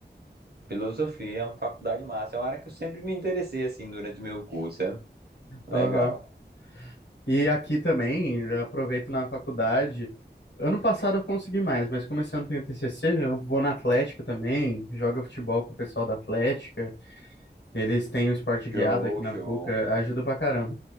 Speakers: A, on the right; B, on the left.
A: Filosofia, é uma faculdade massa. É uma área que eu sempre me interessei assim durante o meu curso, sabe? Legal.
B: Aham. E aqui também, eu aproveito na faculdade. Ano passado eu consegui mais, mas começando tem o TCC, eu vou na Atlética também, jogo futebol com o pessoal da Atlética. Eles têm o esporte guiado
A: Show,
B: aqui na
A: show.
B: PUC, ajuda pra caramba.